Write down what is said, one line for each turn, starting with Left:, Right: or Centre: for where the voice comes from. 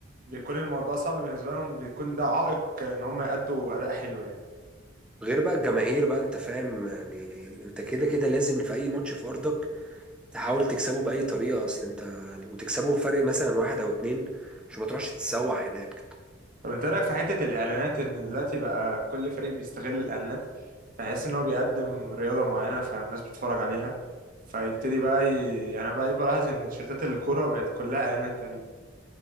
Right: بيكون الموضوع صعب بالنسبه لهم بيكون ده عائق ان هما يأدوا اداء حلو يعني
Centre: غير بقى الجماهير بقى انت فاهم يعني انت كده كده لازم في اي ماتش في ارضك تحاول تكسبه باي طريقه اصل انت يعني وتكسبه بفرق مثلا واحد او اتنين عشان ما تروحش تتسوح هناك
Right: طب انت رايك في حته الاعلانات ان دلوقتي بقى كل فريق بيستغل الاعلانات فحيث ان هو بيقدم رياضه معينه فالناس بتتفرج عليها فيبتدي بقى ي... يعني بقى بلاحظ ان تيشيرتات الكوره بقت كلها اعلانات تقريبا